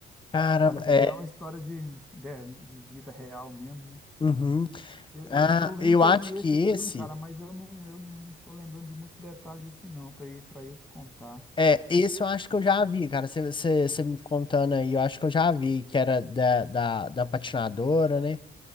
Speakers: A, on the left; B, in the centre.
A: Caramba,
B: Parece
A: é.
B: até uma história de, de, de vida real mesmo, né?
A: Uhum.
B: Eu,
A: Ah,
B: eu, eu lembro
A: eu
B: que
A: acho
B: eu vi
A: que
B: esse filme,
A: esse.
B: cara, mas eu não, eu não tô lembrando de muitos detalhes assim, não, para para eu te contar.
A: É, esse eu acho que eu já vi, cara. Você você- você me contando aí, eu acho que eu já vi, que era da, da, da patinadora, né?